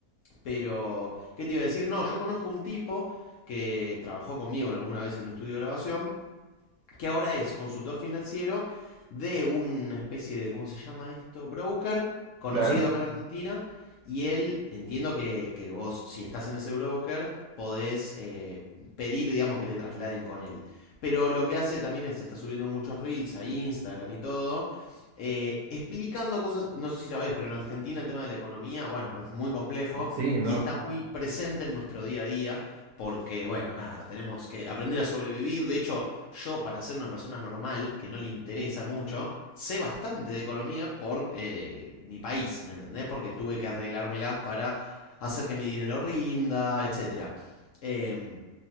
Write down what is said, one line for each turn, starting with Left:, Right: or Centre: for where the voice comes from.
Left: Pero, ¿qué te iba a decir? No, yo conozco un tipo que trabajó conmigo en alguna vez en un estudio de grabación que ahora es consultor financiero de una especie de, ¿cómo se llama esto? Broker, conocido
Right: Claro,
Left: acá en Argentina. Y él, entiendo que, que vos, si estás en ese broker, podés eh, pedir, digamos, que te trasladen con él. Pero lo que hace también es, está subiendo muchos reels a Instagram y todo eh, explicando cosas, no sé si sabés, pero en Argentina el tema de la economía, bueno, es muy complejo
Right: sí, no.
Left: y está muy presente en nuestro día a día, porque, bueno, nada, tenemos que aprender a sobrevivir. De hecho, yo, para ser una persona normal, que no le interesa mucho, sé bastante de economía por eh, mi país, ¿me entendés? Porque tuve que arreglármelas para hacer que mi dinero rinda, etcétera. Em,